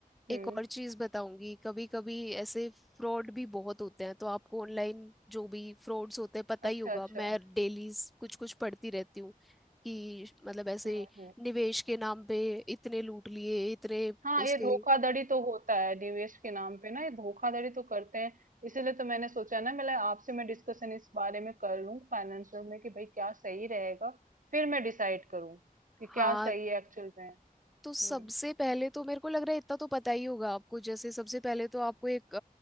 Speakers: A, in the centre; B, on the right.
A: एक
B: हम्म
A: और चीज बताऊंगी कभी कभी ऐसे फ्रॉड भी बहुत होते हैं तो आपको ऑनलाइन जो भी फ्रॉड्स होते हैं पता ही
B: अच्छा
A: होगा
B: अच्छा
A: मैं डेली कुछ कुछ पढ़ती रहती हूँ कि मतलब ऐसे
B: हम्म हम्म
A: निवेश के नाम पे इतने लूट लिए इतने
B: हाँ
A: उसके
B: ये धोखाधड़ी तो होता है निवेश के नाम पे ना ये धोखाधड़ी तो करते हैं इसीलिए तो मैंने सोचा ना मैं आपसे मैं डिस्कशन इस बारे में कर लूं फाइनेंशियल में कि भाई क्या सही रहेगा फिर मैं डिसाइड करूँ कि क्या
A: हाँ
B: सही है एक्चुअल में हम्म
A: तो सबसे पहले तो मेरे को लग रहा है इतना तो पता ही होगा आपको जैसे सबसे पहले तो आपको एक